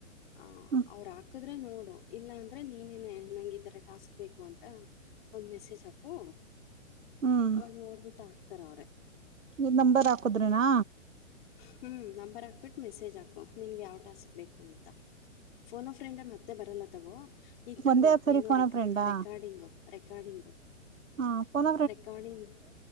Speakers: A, on the left; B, on the right.
A: ಆ
B: ಹ್ಮ್
A: ಅವ್ರ ಹಾಕಿದ್ರೆ ನೋಡು ಇಲ್ಲ ಅಂದರೆ ನೀನೇನೆ ನಂಗೆ ಈ ಥರ ಟಾಸ್ಕ್ ಬೇಕು ಅಂತ ಒಂದ ಮೆಸೇಜ್ ಹಾಕು
B: ಹ್ಮ್
A: ಅವಾಗ ನೋಡಿಬಿಟ್ಟ ಹಾಕ್ತಾರ ಅವ್ರೇ.
B: ಈ ನಂಬರ್ ಹಾಕುದ್ರನಾ
A: ಹ್ಞೂ ನಂಬರ್ ಹಾಕ್ಬಿಟ್ಟ ಮೆಸೇಜ್ ಹಾಕು ನಿಂಗ ಯಾವ ಟಾಸ್ಕ್ ಬೇಕು ಅಂತ. ಫೋನ್ ಅ ಫ್ರೆಂಡ್ ಮತ್ತೆ ಬರಲ್ಲ ತಗೋ. ಈತ್ತಗೋ
B: ಒಂದೇ ಸರಿ
A: ಏನೋ
B: ಫೋನ
A: ರೆಕ
B: ಫ್ರೆಂಡಾ
A: ರೆಕಾರ್ಡಿಂಗು ರೆಕಾರ್ಡಿಂಗು.
B: ಹಾ ಪುನ
A: ರೆಕಾರ್ಡಿಂಗ್